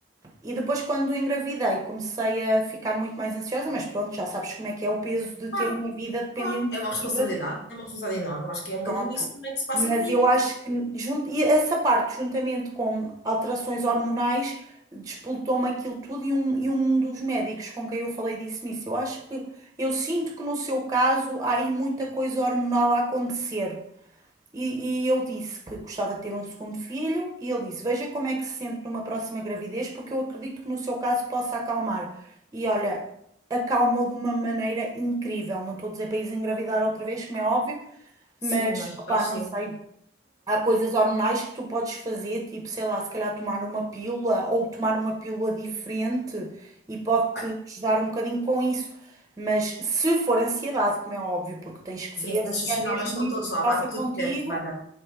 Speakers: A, on the right; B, on the left.
A: E depois, quando engravidei, comecei a ficar muito mais ansiosa, mas pronto, já sabes como é que é o peso de ter
B: Claro,
A: uma vida dependente
B: claro. É uma responsabilidade,
A: e para ti.
B: é uma responsabilidade enorme. Acho que é um bocadinho
A: Pronto.
B: isso também que se passa
A: Mas
B: comigo.
A: eu acho que junto, e essa parte, juntamente com alterações hormonais, despoltou-me aquilo tudo e um, e um dos médicos com quem eu falei disse-me isso. Eu acho que, eu sinto que no seu caso há aí muita coisa hormonal a acontecer. E, e eu disse que gostava de ter um segundo filho e ele disse, veja como é que se sente numa próxima gravidez, porque eu acredito que no seu caso possa acalmar. E olha, acalmou de uma maneira incrível. Não estou a dizer para isso engravidar outra vez, como é óbvio,
B: Sim,
A: mas,
B: acho
A: opá,
B: que já chega.
A: não sei. Há coisas hormonais que tu podes fazer, tipo, sei lá, se calhar tomar uma pílula ou tomar uma pílula diferente e pode-te
B: Ah,
A: ajudar
B: <laughs>
A: um bocadinho com isso. Mas se for ansiedade, como é óbvio, porque tens que
B: Sim,
A: ver
B: mas
A: se
B: os
A: é
B: sintomas
A: mesmo
B: estão
A: isso
B: todos
A: que
B: lá,
A: passa
B: bate
A: contigo,
B: tudo certo, vai dar.